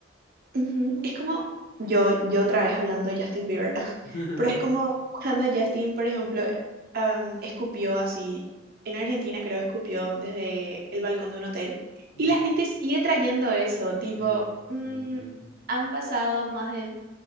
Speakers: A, on the right; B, on the left.
A: Ujú, Es como, yo, yo otra vez hablando de Justin Bieber, <laughs>
B: <laughs>
A: pero es como cuando Justin, por ejemplo, am, escupió así, en Argentina creo escupió desde el balcón de un hotel,
B: Mm.
A: y la gente sigue trayendo eso, tipo,
B: Eh, sí,
A: mm,
B: entiendo.
A: han pasado más de